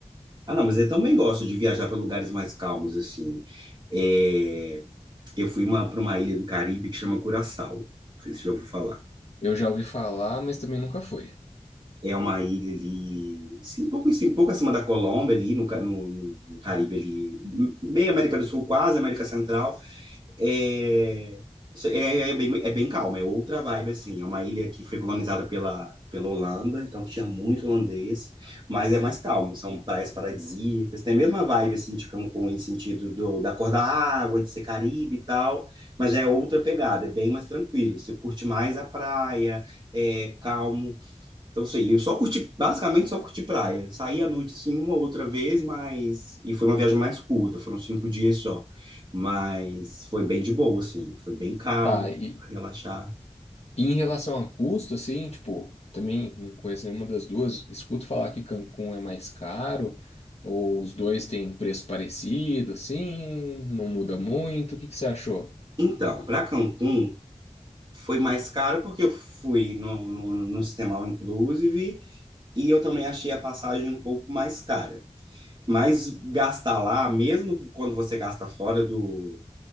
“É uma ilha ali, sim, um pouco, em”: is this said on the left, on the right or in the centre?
Right